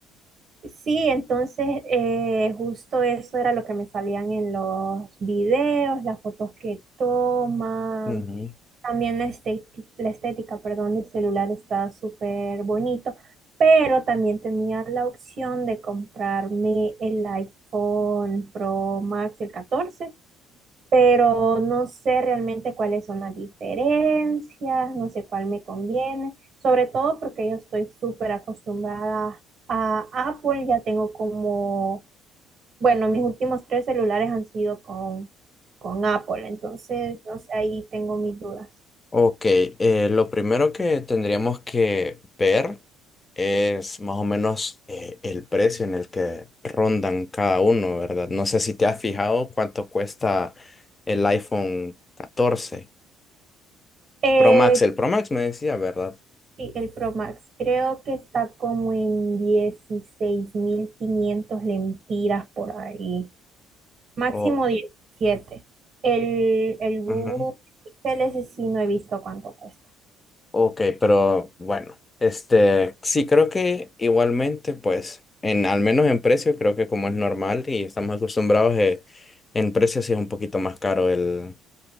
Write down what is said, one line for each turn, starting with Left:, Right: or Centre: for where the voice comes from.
Right: Sí, entonces eh, justo eso era lo que me salían en los videos, las fotos que toman,
Left: Ujú.
Right: También la estética, la estética, perdón, del celular está súper bonito, pero también tenía la opción de comprarme el iPhone Pro Max, el catorce pero no sé realmente cuáles son las diferencias, no sé cuál me conviene, sobre todo porque yo estoy súper acostumbrada a Apple, ya tengo como, bueno, mis últimos tres celulares han sido con, con Apple, entonces, no sé, ahí tengo mis dudas.
Left: Ok, eh, lo primero que tendríamos que ver es más o menos eh, el precio en el que rondan cada uno, ¿verdad? No sé si te has fijado cuánto cuesta el iPhone 14
Right: Eh,
Left: Pro Max. El Pro Max me decía, ¿verdad?
Right: sí, el Pro Max creo que está como en 16.500 lempiras por ahí, máximo
Left: O,
Right: diecisiete El, el Google
Left: ujú.
Right: Pixel ese sí no he visto cuánto cuesta.
Left: Ok, pero bueno, este, sí, creo que igualmente, pues, en, al menos en precio, creo que como es normal y estamos acostumbrados, eh, en precio sí es un poquito más caro el,